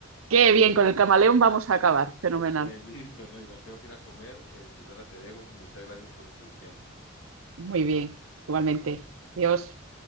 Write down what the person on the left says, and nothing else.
Eh, listo, ¿no? Igual tengo que ir a comer. Eh, Susana, te dejo. Muchas gracias por el tiempo.